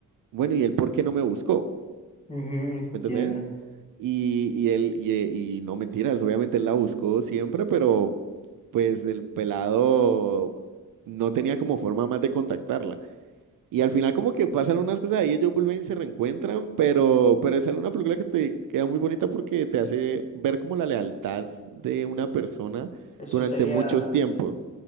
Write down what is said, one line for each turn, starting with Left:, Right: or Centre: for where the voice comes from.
Right: bueno, ¿y él por qué no me buscó?
Left: Ujú, entiendo.
Right: ¿Me entendés? Y, y él, y, y no mentiras, obviamente él la buscó siempre, pero pues el pelado no tenía como forma más de contactarla. Y al final como que pasan unas cosas ahí, ellos vuelven y se reencuentran, pero, pero es una película que te queda muy bonita porque te hace ver como la lealtad de una persona
Left: Eso
Right: durante
Left: sería.
Right: muchos tiempos,